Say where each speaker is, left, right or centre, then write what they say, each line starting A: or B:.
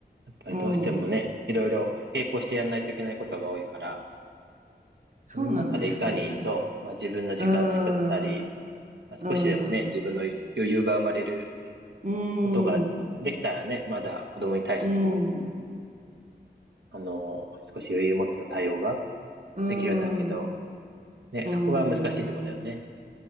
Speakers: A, on the right; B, on the right.
A: やっぱりどうしてもね、
B: うん。
A: いろいろ並行してやんないといけないことが多いから、
B: そうなんだよね。
A: その中でいかにそう、まあ自分の時間作ったり、
B: うーん。
A: まあ、
B: うん。
A: 少しでもね、
B: う
A: 自分の余裕が生まれる
B: ーん。
A: ことができたらね、まだ子供に対しても、
B: うん、うん、
A: あの、少し余裕を持った対応が
B: うん、
A: できるんだけど、
B: う
A: ね、そこが難しいとこだよね。
B: ん、うん